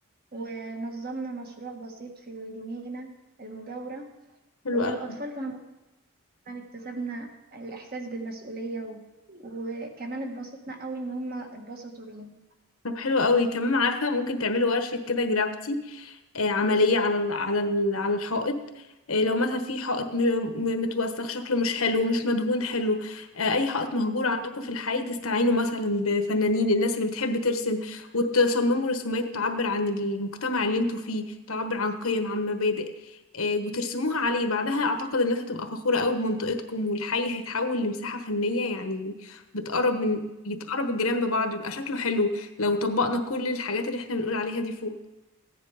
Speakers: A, on the right; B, on the left.
A: ونظمنا مشروع بسيط في الجنينة المجاورة
B: حلو
A: والأطفال
B: أوي
A: كانوا فعلا اكتسبنا الإحساس بالمسؤولية و... وكمان اتبسطنا قوي إن هما اتبسطوا بينا
B: طب حلو قوي كمان عارفة ممكن تعملوا ورشة كده جرافيتي آه، عملية على ال على ال على الحائط آه، لو مثلا في حائط م- م- متوسخ شكله مش حلو مش مدهون حلو آه، أي حائط مهجور
A: مم.
B: عندكم في الحي تستعينوا مثلا بفنانين الناس اللي بتحب ترسم وتصمموا رسومات تعبر عن المجتمع اللي انتوا فيه تعبر عن قيم عن مبادئ آه، وترسموها عليه بعدها أعتقد الناس هتبقى فخورة قوي بمنطقتكم والحي هيتحول لمساحة فنية يعني بتقرب من يتقرب الجيران ببعض يبقى شكله حلو لو طبقنا كل الحاجات اللي احنا بنقول عليها دي فوق